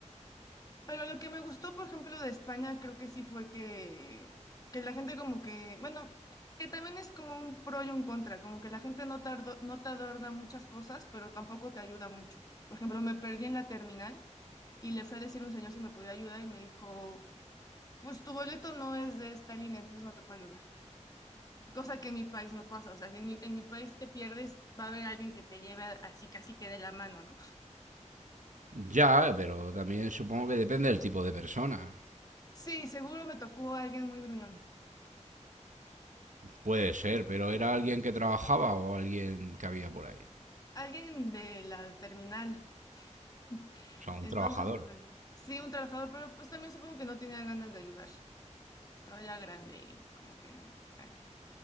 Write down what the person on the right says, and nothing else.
Ya, pero también supongo que depende del tipo de persona.
Puede ser, pero era alguien que trabajaba o alguien que había por ahí.
O sea, un
trabajador.